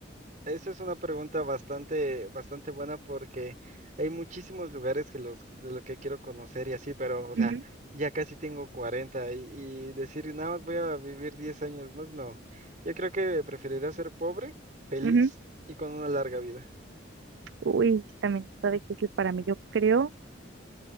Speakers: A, on the right; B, on the right.
A: esa es una pregunta bastante, bastante buena porque hay muchísimos lugares que los, de los que quiero conocer y así, pero, o
B: Ujú,
A: sea, ya casi tengo 40 y, y decir nada más voy a vivir 10 años más, no. Yo creo que preferiría ser pobre, feliz
B: ujú.
A: y con una larga vida. <laughs>
B: Uy, también está difícil para mí. Yo creo,